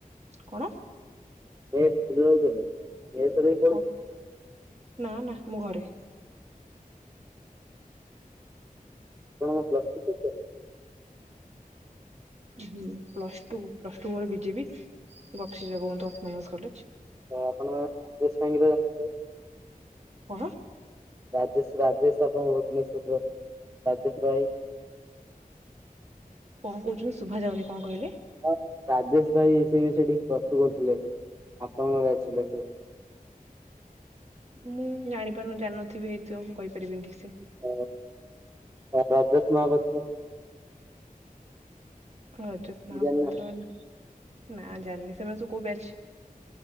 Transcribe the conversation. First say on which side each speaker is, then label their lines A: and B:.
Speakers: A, on the right; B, on the right.
A: କଣ?
B: ମେସରେ ରହୁଚନ୍ତି ମେସେର୍
A: କ ନା ନା ମୁଁ ଘରେ।
B: ଆପଣ କଣ ପ୍ଲସ୍ ଥ୍ରି କରିଚ?
A: ହୁଁ ପ୍ଲସ୍ ଟୁ ପ୍ଲସ୍ ଟୁ ମୋର BJP Bakshi Jagabandhu autonomous college.
B: ତ ଆପଣ ରାଜେଶ ଭାଇଙ୍କୁତ ଜା
A: କଁ?
B: ରାଜେଶ ରାଜେଶ ଆପଣଙ୍କ ଭୁବନେଶ୍ୱରରେ ରାଜେଶ ଭାଇ?
A: କଁ କହୁଚନ୍ତିୁ ଶୁଭାଯାଉନ କଁ କଇଲେ?
B: ହଁ ରାଜେଶ ଭାଇ ସେବି ସେଠି ପ୍ଲସ୍ ଟୁ କରୁଥିଲେ ଆପଣଙ୍କବି ଆସଥିଲେ ସେ
A: ମୁଁ ଜାଣିପାରୁନି ଜାନଥିବି ହେଇଥିବ ମୁଁ କହିପାରିବିନି ଠିକସେ।
B: <unintelligible>
A: ଅଜତ ମହାପୁତ୍ର
B: ଜାଣିନା
A: ନା ଜାନି ସେୟ ସବୁ କଉ ବ୍ୟାଚ।